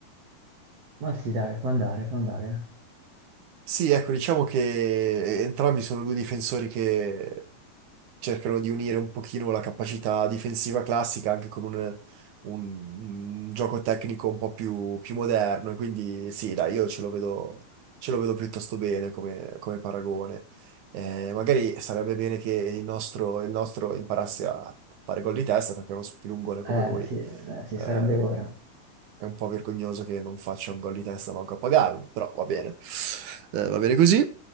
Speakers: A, on the right; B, on the right.
A: Ma sì, dai, può andare, può andare.
B: Sì, ecco, diciamo che eh, entrambi sono due difensori che cercano di unire un pochino la capacità difensiva classica anche con un, un- un gioco tecnico un po' più, più moderno. E quindi sì, dai, io ce lo vedo, ce lo vedo piuttosto bene come, come paragone. Eh, magari sarebbe bene che il nostro, il nostro imparasse a fare gol di testa perché uno spilungone come
A: Eh,
B: lui
A: sì, eh, sì,
B: eh,
A: sarebbe ora.
B: è un po' vergognoso che non faccia un gol di testa manco a pagarlo, però va bene. Eh, va bene così.